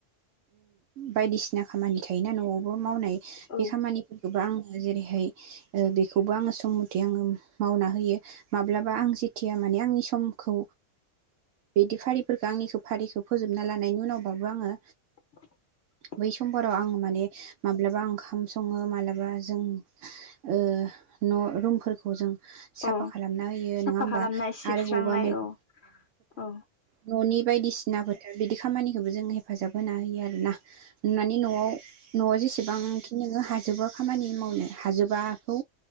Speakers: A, on the right; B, on the left.
A: बायदिसिना खामानि थायोना न'आवबो मावनाय।
B: औ
A: बे खामानिफोरखौबो आङो जेरै। बेखौबो आङो सम मथे आङो मावना होयो माब्लाबा आं जेथिया माने आंनि समखौ बिदि फारिफोरखौ आंनिखौ फारिखौ फोजोबना लानायनि उनावबाबो आङो।
B: <inaudible>
A: बै समफोराव आं माने माब्लाबा ओंखाम सङो माब्लाबा जों। ओ न' रुमफोरखौ जों। साफा
B: औ
A: खालामना होयो
B: साफा
A: नङा होमबा
B: खालामनाय सिबस्रांनाय
A: आरो बुवाबा <inaudible>
B: औ औ
A: न'नि बायदिसिना फोथार बिदि खामानिखोबो जों हेफाजाब होना होयो आरो ना । नुनानै नआव न'आव जेसे एसेबां खिनिखो हाजोबो खामानि मावनो हाजोबाखौ